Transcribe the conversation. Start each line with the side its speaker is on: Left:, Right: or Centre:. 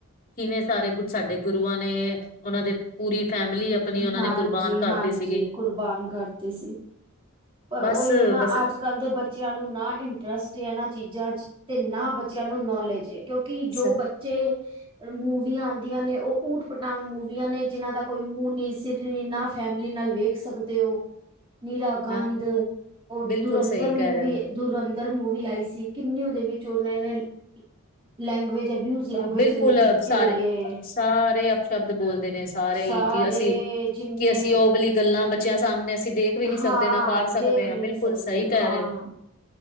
Left: ਕਿਵੇਂ ਸਾਰੇ ਸਾਡੇ ਗੁਰੂਆਂ ਨੇ ਉਹਨਾਂ ਦੇ। ਪੂਰੀ ਫੈਮਿਲੀ ਆਪਣੀ ਉਹਨਾਂ
Right: ਹਾਂਜੀ
Left: ਨੇ ਕੁਰਬਾਨ ਕਰਤੀ
Right: ਹਾਂਜੀ
Left: ਸੀਗੀ।
Right: ਕੁਰਬਾਨ ਕਰਤੀ ਸੀ ਪਰ
Left: ਬਸ
Right: ਉਹੀ ਹੈ ਨਾ
Left: ਬਸ
Right: ਅੱਜ। ਅੱਜ ਕੱਲ੍ਹ ਦੇ ਬੱਚਿਆਂ ਨੂੰ ਨਾ ਇੰਟਰਸਟ ਇਹਨਾਂ ਚੀਜ਼ਾਂ 'ਚ ਤੇ ਨਾ ਬੱਚਿਆਂ ਨੂੰ ਨੌਲੇਜ ਹੈ ਕਿਉਂਕਿ ਜੋ
Left: ਸ
Right: ਬੱਚੇ। ਮੂਵੀਆਂ ਆਦੀਆਂ ਨੇ ਉਹ ਊਟ ਪਟਾਂਗ ਮੂਵੀਆਂ ਨੇ ਜਿਨਾਂ ਦਾ ਕੋਈ ਮੂੰਹ ਨੀ ਸਿਰ ਨੀ ਨਾ ਫੈਮਲੀ ਨਾਲ ਵੇਖ। ਦੇਖ ਸਕਦੇ ਹੋ ਨੀਰਾ ਗੰਧ
Left: ਹਾਂ
Right: ਉਹ
Left: ਬਿਲਕੁਲ
Right: ਦੁਰੰਦਰ
Left: ਸਹੀ
Right: ਮੂਵੀ।
Left: ਕਹਿ ਰਹੇ
Right: ਦੁਰੰਦਰ ਮੂਵੀ ਆਈ ਸੀ ਕਿੰਨੀ ਉਹਦੇ ਵਿੱਚ ਉਹਨੇ ਨੇ। ਲੈਂਗੁਏਜ ਅਬਿਊਜ ਲੈਂਗੁਏਜ
Left: ਹਾਂ! ਬਿਲਕੁਲ
Right: ਯੂਜ ਕੀਤੀ
Left: ਸਾਰੇ
Right: ਹੋਈ ਹੈ
Left: ਸਾਰੇ ਅਪਸ਼ਬਦ ਬੋਲਦੇ ਨੇ ਸ ਸਾਰੇ
Right: ਸਾਰੇ
Left: ਹੀ ਕਿ ਅਸੀਂ
Right: ਜਿੰਨੇ
Left: ਕਿ ਅਸੀਂ ਉਹ ਵਾਲੀ ਗੱਲਾਂ ਬੱਚਿਆਂ ਸਾਹਮਣੇ ਅਸੀਂ। ਦੇਖ ਵੀ ਨਹੀਂ ਸਕਦੇ
Right: ਹਾਂ
Left: ਨਾ ਕਰ ਸਕਦੇ
Right: ਦੇਖ
Left: ਹਾਂ
Right: ਵੀ
Left: ਬਿਲਕੁਲ
Right: ਨਹੀਂ ਸਕਦੇ
Left: ਸਹੀ
Right: ਹਾਂ
Left: ਕਹਿ ਰਹੇ ਹੋ